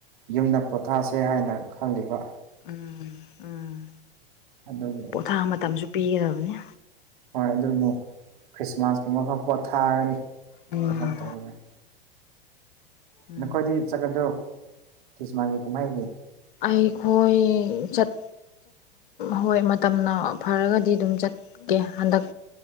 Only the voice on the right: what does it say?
ꯌꯨꯝꯗ ꯄꯣꯊꯥꯁꯦ ꯍꯥꯏꯅ ꯈꯜꯂꯤꯕ
ꯑꯗꯨꯒꯤ
ꯍꯣꯏ ꯑꯗꯨꯅꯦ ꯈ꯭ꯔꯤꯁꯃꯥꯁꯀꯨꯝꯕ ꯑꯃ ꯄꯣꯠ ꯊꯥꯔꯒꯅꯤ
ꯊꯕꯛ ꯇꯧꯔꯒꯅꯤ
ꯅꯈꯣꯏꯗꯤ ꯆꯠꯀꯗ꯭ꯔꯣ ꯈ꯭ꯔꯤꯁꯃꯥꯁꯒꯤ ꯀꯨꯝꯍꯩꯒꯤ